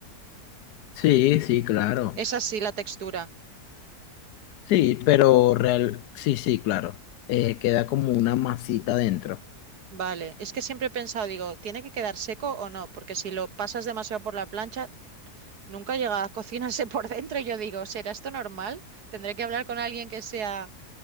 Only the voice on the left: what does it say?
Sí, sí, claro.
Sí, pero real, sí, sí, claro. Eh, queda como una masita dentro.